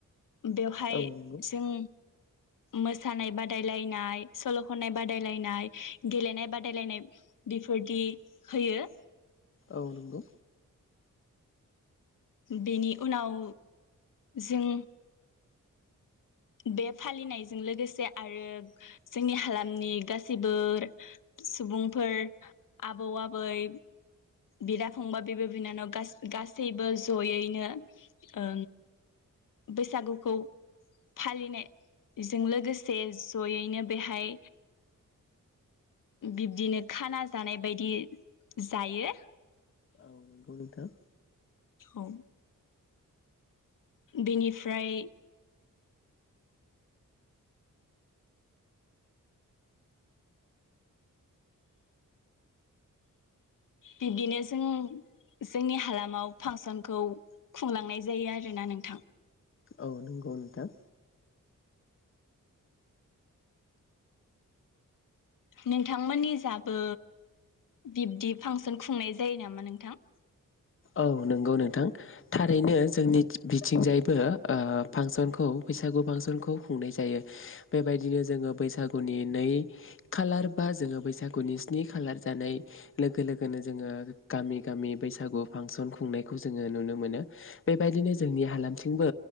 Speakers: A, on the left (about 75°); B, on the left (about 40°).
A: बेवहाय
B: औ नंगौ
A: जों मोसानाय बादाय लायनाय सल' खननाय बादाय लायनाय गेलेनाय बादाय लायनाय बेफोर बिदि होयो।
B: औ नंगौ।
A: बेनि उनाव जों बे फालिनायजों लोगोसे आरो जोंनि हालामनि गासैबो सुबुंफोर आबौ आबै बिदा फंबा बिब' बिनानाव गासैबो जयैनो ओ बैसागुखौ फालिनायजों लोगोसे जयैनो बेहाय बिब्दिनो खाना जानाय बायदि जायो।
B: औ नंगौ नोंथां।
A: औ। बेनिफ्राय बिब्दिनो जों जोंनि हालामाव फांसनखौ खुंलांनाय जायो आरोना नोंथां।
B: औ नंगौ नोंथां।
A: नोंथांमोननि जाबो बिब्दि फांसन खुंनाय जायो नामा नोंथां।
B: औ नंगौ नोंथां थारैनो जोंनि बिथिंजायबो ओ फांसनखौ बैसागु फांसनखौ खुंनाय जायो बेबायदिनो जोङो बैसागुनि नै खालार बा जोङो बैसागुनि स्नि खालार जानाय लोगो लोगोनो जोङो गामि गामि बैसागु। फांसन खुंनायखौ जोङो नुनो मोनो बेबायदिनो जोंनि हालामथिंबो